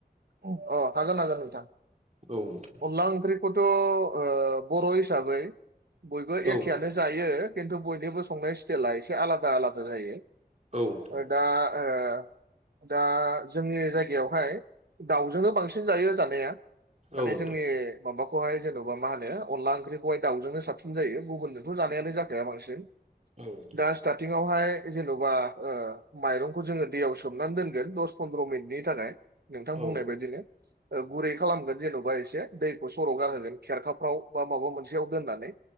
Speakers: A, on the right (about 70°); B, on the right (about 45°).
A: अ ओ हागोन हागोन नोंथां।
B: औ नोंथां।
A: अनला ओंख्रिखौथ' ओ बर' हिसाबै बयबो
B: औ
A: एखेयानो जायो खिन्थु बयनिबो संनाय स्टेला एसे आलादा आलादा जायो।
B: औ नोंथां।
A: ओ दा ओ दा जोंनि जायगायावहाय दाउजोंनो बांसिन जायो जानाया। माने
B: नोंथां
A: जोंनि माबाखौहाय जेन'बा मा होनो अनला ओंख्रिखौहाय दाउजोंनो साबसिन जायो गुबुनजोंथ' जानायानो जाखाया बांसिन।
B: औ नोंथां
A: दा स्टार्टिंआवहाय जेन'बा ओ माइरंखौ जोङो दैयाव सोमनानै दोनगोन दस पन्द्र मिनिटनि थाखाय। नोंथां
B: औ
A: बुंनाय बायदिनो ओ गुरै खालामगोन जेन'बा। अबबा एसे दैखौ सर' गारहोगोन खेरखाफ्राव बा माबा मोनसेयाव दोननानै।